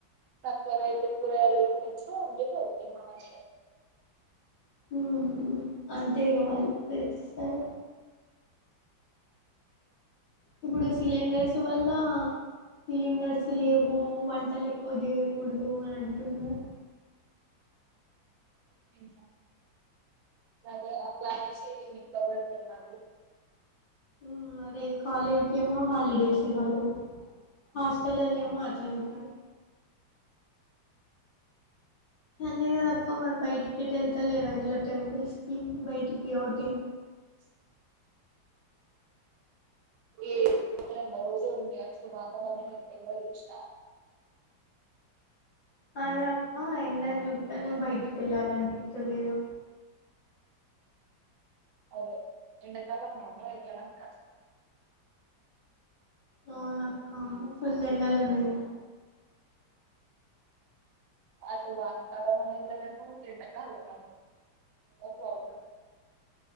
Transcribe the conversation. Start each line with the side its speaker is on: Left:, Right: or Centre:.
Right: తక్కో రేట్ కూరగాయలు తీసుకొచ్చి వండి పెడతారు మన హాస్టల్.
Left: మ్మ్ అంతే ఇగ వండి పెట్టిస్సతల్. ఇప్పుడు సిలిండర్స్ వల్ల. సిలిండర్స్ లేవు, వంటలు ఎక్కువ జెయకూడదు, అని అంటున్నారు.
Right: ఓకే సరే అట్లా అనేసి నిన్ను ఇట్లా పెడుతున్ననీ.
Left: ఉమ్, అదే కాలేజ్ ఏమో హాలిడేస్ ఇవ్వరు, హాస్టల్ లల్ల ఏ. అమ్మ అట్లటారు. సండే గద అక్క, మరి బైటికి ఎటు అల్తాలేరా ఇట్లా టెంపుల్స్. ఉమ్ బైటికి ఔటింగ్.
Right: ఏ చు వాతవరణం ఎట్లుందో చుసున
Left: అదే అక్క ఎండని జూత్తనే బయటికెళ్లాలనిపిత్తలేదు
Right: అదే ఎండకాలం మమ్మ ఎల్లడం కష్టం
Left: అవునక్క ఫుల్ ఎండలున్నాయి
Right: అసలు వానకాలం మనల మంటడాకాల మన ప్రాబ్లమ్